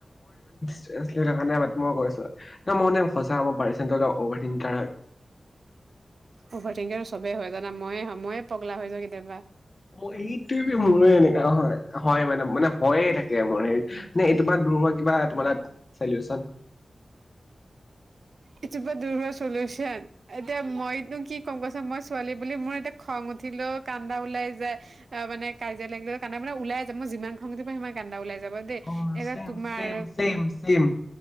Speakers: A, on the left (about 35°); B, on the right (about 70°).
A: চিৰিয়াছলি থাকা নাই মাত মই কৈছো। ত' মনে সঁচা হ'ব পাৰিছে। চেন্তৰদা অভাৰ থিংকাৰ হয়।
B: অভাৰ থিংকাৰ আৰু চবেই হয় জানা ময়ে মইয়ে পগলা হৈ যাও কেতিয়াবা।
A: মোৰ এইটোৱে, মোৰে এনেকা হয় -হয় মানে মানে হয়য়ে থাকে মোৰ হেৰি মানে এই তোমাৰ দূৰ হোৱা কিবা তোমাৰ তাত চলিউচন?
B: এইটোপৰা দূৰ হোৱা চলিউচন এতিয়া মইতো কি কম কোৱাচোন মই ছোৱালী বুলি মোৰ এতিয়া খং উঠিলেও কান্দা ওলাই যায়, অ', মানে কাজিয়া লাগিলেও কাণ্ডা মানে ওলাই যে মোৰ যিমান খং উঠিব সিমান কানদা ওলাই যাব। দেই
A: অ',
B: এতিয়া
A: চেম-চেম-চেম-চেম।
B: তোমাৰ